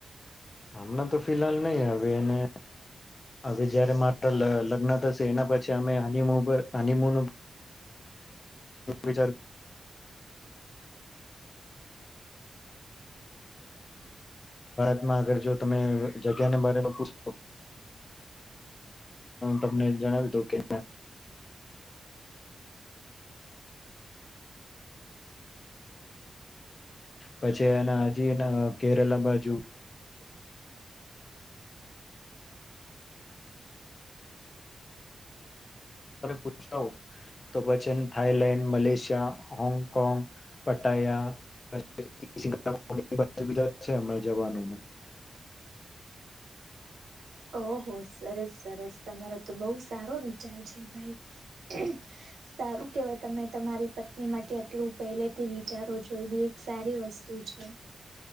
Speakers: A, on the left; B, on the right.
A: હમણાં તો ફિહાલ નહી હવે એને હવે જયારે મારા લગ્ન થશે એના પછી અમે હનીમ હનીમ વિચાર આગ જો તમે જગ્યાને બ પછ તમને જણાવી દઉ કેન પછી એના હજી કેરલા બાજુ <inaudible> તમે પૂછો તો બચન Thailand Malaysia Hong Kong Pattaya Singapore એ બાજુ બજા છે જવાનોોને
B: ઓહ સરસ સરસ તમારો તો બહ સારો વિચાર છે ભાઈ સારું કેવાય તમે તમારી પત્ની માટે આટલું પહેલેથી વિચારો જો બી એક સારી વસ્તુ છે